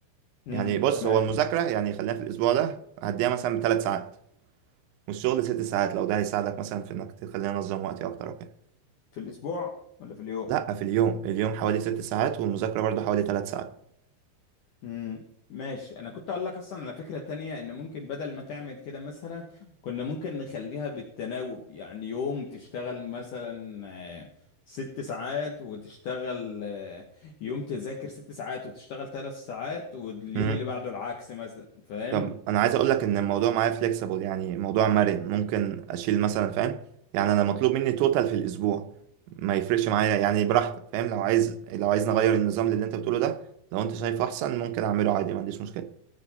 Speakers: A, on the left; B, on the right.
A: امم
B: يعني بص
A: تمام
B: هو المذاكره يعني خلينا في الاسبوع ده هديها مثلا ثلاث ساعات والشغل ست ساعات لو ده هيساعدك مثلا في انك تخليني انظم وقتي اكتر وكده
A: في الاسبوع ولا في اليوم
B: لا في اليوم اليوم حوالي ست ساعات والمذاكره برضو حوالي ثلاث ساعات
A: امم ماشي انا كنت اقول لك اصلا على فكرة تانية ان ممكن بدل ما تعمل كده مثلا كنا ممكن نخليها بالتناوب يعني يوم تشتغل مثلا آه، ست ساعات وتشتغل آه، يوم تذاكر ست ساعات وتشتغل ثلاث ساعات واليوم
B: امم
A: اللي بعده العكس مثلا فاهم
B: طب انا عايز اقول لك ان الموضوع معايا فليكسيبل يعني الموضوع مرن ممكن اشيل مثلا فاهم يعني انا مطلوب مني توتال في الاسبوع ما يفرقش معايا يعني براحتك فاهم لو عايز لو عايز نغير النظام اللي انت بتقوله ده لو انت شايفه احسن ممكن اعمله عادي ما عنديش مشكله